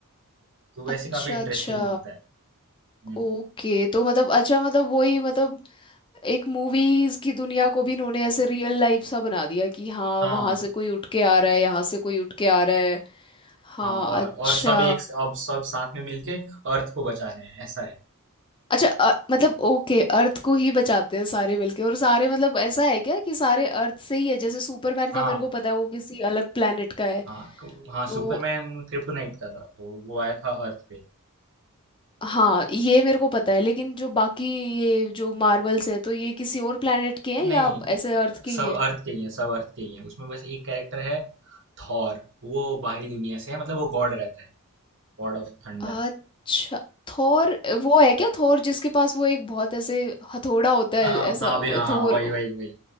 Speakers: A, on the right; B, on the left.
A: तो वैसे
B: अच्छा
A: काफी इंटरेस्टिंग
B: अच्छा
A: बनता है हम्म
B: ओके तो मतलब अच्छा मतलब वही मतलब एक मूवीज की दुनिया को भी इन्होंने ऐसे रियल लाइफ सा बना दिया कि हाँ
A: हाँ
B: वहां से कोई उठ के आ रहा है यहाँ से कोई उठ के आ रहा है हाँ
A: हाँ और
B: अच्छा
A: और सब एक अब सब साथ में मिलके अर्थ को बचा रहे हैं ऐसा है
B: अच्छा अ, मतलब ओके अर्थ को ही बचाते हैं सारे मिलके और सारे मतलब ऐसा है क्या कि सारे अर्थ से ही है जैसे सुपरमैन
A: हाँ
B: का मेरे को पता है वो किसी अलग प्लेनेट का है
A: हाँ क- हाँ
B: तो
A: सुपरमैन क्रिप्टोनाइट का था तो वो आया था अर्थ पे
B: हाँ ये मेरे को पता है लेकिन जो बाकी ये जो मार्वल्स है तो ये किसी और प्लेनेट के हैं
A: नहीं
B: या
A: नहीं
B: ऐसे अर्थ के ही
A: सब
B: हैं
A: अर्थ के ही है सब अर्थ के ही है उसमें बस एक कैरेक्टर है थॉर वो बाहरी दुनिया से है मतलब वो गॉड रहता है गॉड ऑफ थंडर
B: अच्छा थोर वो है क्या थोर जिसके पास वो एक बहुत ऐसे हथौड़ा होता है
A: हाँ
B: ऐसा
A: हाँ बे हाँ हाँ
B: थोर
A: वही वही वही